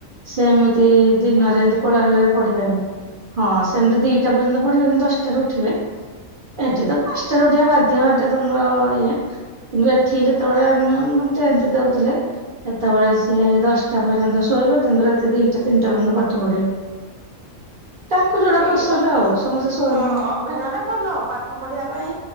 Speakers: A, on the right; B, on the right.
A: ସେମିତି ତି ଏନ୍ତି
B: ସମସ୍ତେ
A: ଦିନ ରେ କଳା ହେଲେ ପଢିବାନି ହଁ ସେମିତି ଦିଟା ପର୍ଯ୍ୟନ୍ତ ପଢିବେ କିନ୍ତୁ ଦଶଟାରେ ଉଠିବେ ଏଠି ତ ପାଞ୍ଚଟାରେ ଉଠିବା ବାଧ୍ୟ ହ-ଏଇଟା ତମର ଇଏ କିନ୍ତୁ ଏଠି ଯେତେବେଳେ ଆମେ ମାନେ ତେନ୍ଥ ଦଉଥିଲେ ସେତେବେଳେ ସେ ଦଶଟା ପର୍ଯ୍ୟନ୍ତ ଶୋଇବେ କିନ୍ତୁ ରାତି ଦିଟା ତିନିଟା ପର୍ଯ୍ୟନ୍ତ ପାଠ ପଢିବେ। ତାଙ୍କୁ ଯୋଉଟା
B: ଏଇ
A: ପସନ୍ଦ
B: ଅବା-ହଁ
A: ଆଉ ସମସ୍ତେ ଶୋଇଲେ
B: ଅଭ୍ୟାସ ଟା ଭଲ ପାଠ ପଢିବା ପାଇଁ